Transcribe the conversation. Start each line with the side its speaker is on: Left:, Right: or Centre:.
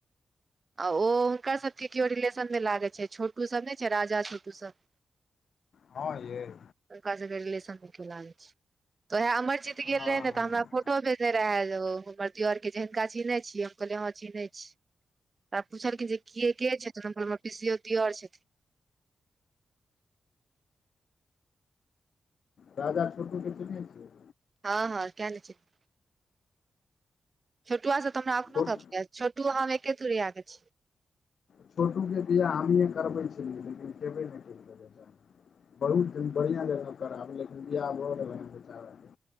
Right: आ ओ हुनकर सभके केओ रिलेशनमे लागै छै, छोटूसभ नहि छै, राजा, छोटूसभ।
Left: हँ, यइ।
Right: हुनका सभ के रिलेशन मे कियो लागै छैन। तऽएह अमर जीत
Left: हँ
Right: गेल
Left: हँ
Right: रहे ने, तऽ हमरा फोटो भेजे रहे, हमर दिय आर के, जे हिनका चीनहे छियै? कहलिये हँ चीनहय छीयै। तऽ पुछलखिन जे इ के छथून? हम कहलइय हमर पीसीओ दियौर छथिन।
Left: दादा छोटूके चिनहै छियै?
Right: हँ, हँ, किया ने चिन्हबै। छोटुआ से तऽ हमरा अखनो
Left: छोट
Right: गप्प होइयै, छोटू हम एके तूरिया के छीय।
Left: छोटूके बियाह हमहीए करबै छलियै, लेकिन केबे नहि केलके। बहुत सुन्दर बढ़िआँ जेना करैब, लेकिन बियाह भ गेलन बेचाराके।